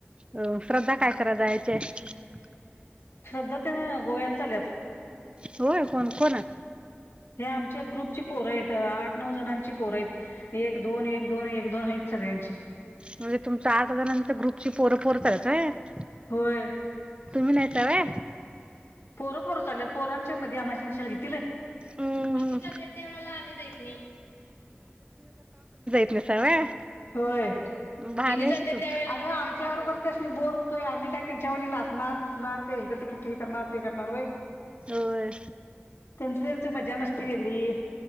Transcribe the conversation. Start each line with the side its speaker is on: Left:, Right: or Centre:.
Right: अ श्रद्धा काय कराय जायची हाय.
Left: श्रद्धा तेन गोव्याला चालल्यात.
Right: होय कोण कोण?
Left: हे आमच्या ग्रुपची पोरं आहेत, आठ-नऊ जणांची पोरं आहेत, एक, दोन, एक, दोन, एक, दोन आहेत सगळ्यांची.
Right: म्हणजे तुमच आठ जनाची ग्रुपची पोरं पोरं चालल्यात होय?
Left: होय
Right: तुम्ही नाहीसा व्हय
Left: पोरं-पोरं चालल्यात पोरांनच्या. च्या मधी आम्हाला कशाला घेतील.
Right: हम्म
Left: हेनी जात्यात त्यावेळेला आम्ही जात नाही.
Right: असं हाय व्हय.
Left: होय
Right: भारी
Left: हेनी
Right: आहे
Left: जात्यात
Right: की तू
Left: त्या वेळीला! आग आमच्या बरोबर त्यासनी बोर होतोय आम्ही काय. त्यांच्या वाणी नाचत. नाचणार-नुसणार का इकड-तिकडे हे करणार ते करणार वय
Right: होय
Left: त्यांच‌ त्यांच्. मजा मस्ती वेगळी.